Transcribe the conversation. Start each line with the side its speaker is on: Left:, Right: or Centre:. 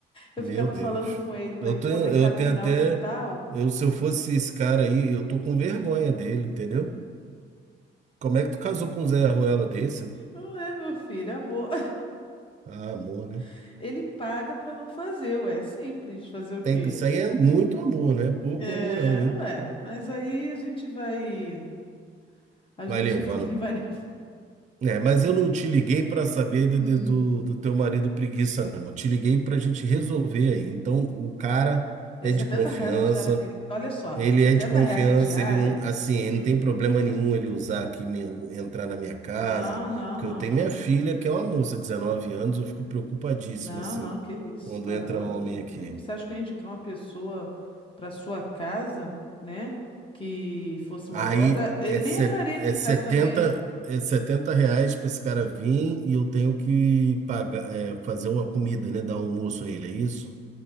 Left: Eu
Right: Meu
Left: ficava
Right: Deus.
Left: falando com ele para
Right: Eu
Left: ele
Right: tô,
Left: poder
Right: eu
Left: capinar
Right: tenho até.
Left: o quintal.
Right: Eu, se eu
Left: Ah,
Right: fosse esse cara aí, eu tô com vergonha dele, entendeu? Como é que tu casou com um Zé Ruela desse?
Left: Não é, meu filho, é amor.
Right: Ah, amor, né?
Left: <laughs> Ele paga para não fazer, ué. é Simples, fazer o
Right: Tem,
Left: quê?
Right: que- isso aí é muito amor, não é pouco
Left: É,
Right: amor não, hein?
Left: ué. Mas aí a gente vai. A
Right: Vai
Left: gente
Right: levando.
Left: <laughs> vai
Right: É, mas eu não te liguei para saber de-
Left: Hum.
Right: de- do, do teu marido preguiça, não. Eu te liguei para a gente resolver aí. Então, o cara
Left: É
Right: é
Left: 70
Right: de confiança,
Left: reais a diária dele. Olha só,
Right: ele
Left: é 70
Right: é de confiança,
Left: reais a diária.
Right: ele não, assim, ele
Left: Hum.
Right: não tem problema nenhum ele usar aqui, meu- entrar na minha casa,
Left: Não, não,
Right: porque
Left: não,
Right: eu tenho
Left: não.
Right: minha filha, que é uma moça, 19 anos, eu fico preocupadíssimo,
Left: Não,
Right: assim,
Left: não, que isso,
Right: quando
Left: tá
Right: entra
Left: doido?
Right: homem aqui.
Left: Eu- Você acha que eu ia indicar uma pessoa para sua casa, né? Que fosse
Right: Aí
Left: maldosa? Ele
Right: é, se-
Left: nem entraria aqui
Right: é
Left: em
Right: setenta
Left: casa também.
Right: é setenta reais para esse cara vir e eu tenho que pagar, é, fazer uma comida, né? Dar um almoço a ele, é isso?